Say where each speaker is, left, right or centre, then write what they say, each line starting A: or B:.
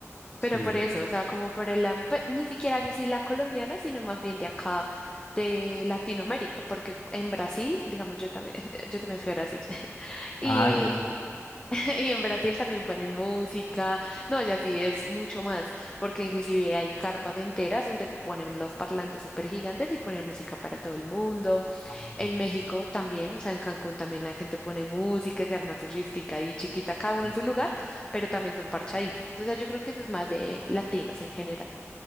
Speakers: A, on the left (about 60°); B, on the left (about 20°).
A: Sí.
B: Pero por eso, o sea, como por el, am- pues, ni siquiera sé si la colombiana, sino más bien de acá, de Latinoamérica, porque en Brasil, digamos, yo también, <laughs> yo también fui a Brasil, <laughs> y,
A: Ay, Deli.
B: <laughs> y en Brasil también ponen música, no, ya sí es mucho más, porque inclusive hay carpas enteras donde ponen los parlantes súper gigantes y ponen música para todo el mundo.
A: Ay,
B: En
A: qué
B: México también, o sea, en Cancún también la gente pone música, se arma su fiestica y chiquita, cada uno
A: chido.
B: en su lugar, pero también son parchaditos. Entonces yo creo que eso es más de latinos en general.